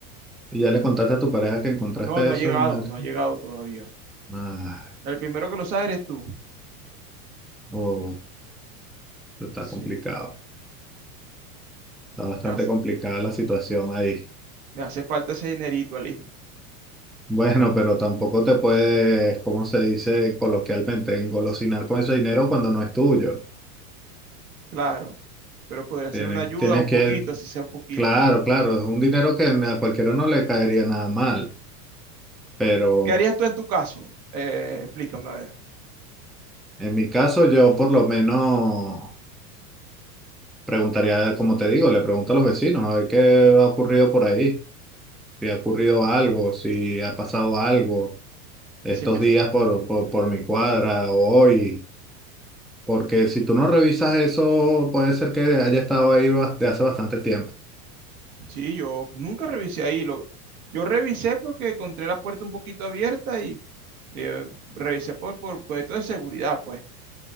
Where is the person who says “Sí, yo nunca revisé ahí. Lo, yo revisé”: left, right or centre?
Right